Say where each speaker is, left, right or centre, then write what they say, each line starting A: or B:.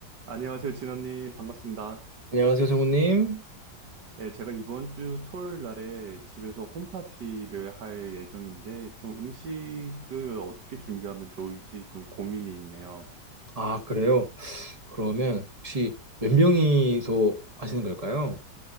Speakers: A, on the right (about 75°); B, on the right (about 20°).
A: 안녕하세요, 진원님. 반갑습니다.
B: 안녕하세요, 성우님.
A: 예, 제가 이번 주 토요일 날에 집에서 홈파티를 할 예정인데, 좀 음식을 어떻게 준비하면 좋을지 좀 고민이 있네요.
B: 아, 그래요? 그러면 혹시 몇 명이서 하시는 걸까요?